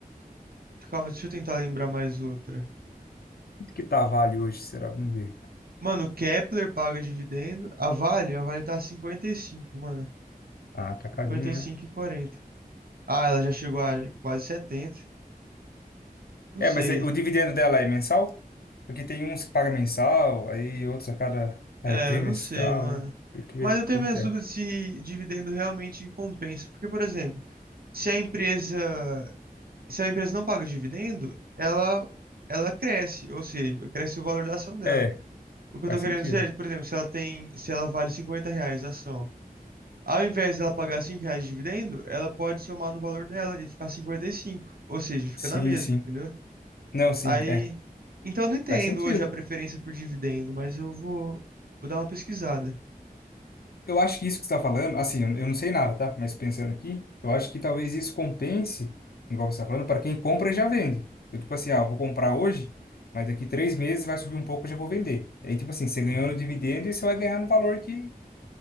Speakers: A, on the right; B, on the left.
A: Calma, deixa eu tentar lembrar mais outra.
B: Quanto que tá a Vale hoje, será? Vamos ver.
A: Mano, o Kepler paga dividendo. A Vale, a Vale tá cinquenta e cinco mano.
B: Ah, tá carinho,
A: cinquenta e e
B: né?
A: cinco e quarenta Ah, ela já chegou a quase setenta Não
B: É,
A: sei.
B: mas é- o dividendo dela é mensal? Porque tem uns que pagam mensal, aí outros a cada é,
A: É,
B: trimestral,
A: eu não sei, mano.
B: né? Tem que
A: Mas
B: ver
A: eu tenho
B: como
A: minhas
B: que é.
A: dúvidas se dividendo realmente compensa. Porque, por exemplo, se a empresa, se a empresa não paga dividendo, ela, ela cresce, ou seja, cresce o valor da ação dela.
B: É,
A: O que
B: faz
A: eu tô querendo
B: sentido.
A: dizer é, por exemplo, se ela tem, se ela vale 50 reais a ação, Ao invés dela pagar 5 reais de dividendo, ela pode somar no valor dela e ficar cinquenta e cinco, Ou seja, fica
B: Sim,
A: na mesma,
B: sim.
A: entendeu?
B: Não, sim,
A: Aí.
B: é.
A: Então eu não entendo
B: Faz sentido.
A: hoje a preferência por dividendo, mas eu vou, vou dar uma pesquisada.
B: Eu acho que isso que você está falando, assim, eu eu não sei nada, tá? Mas pensando aqui, eu acho que talvez isso compense, igual você está falando, para quem compra e já vende. Então, tipo assim, ah, eu vou comprar hoje, mas daqui três meses vai subir um pouco e já vou vender. E aí, tipo assim, você ganhou no dividendo e você vai ganhar no valor que,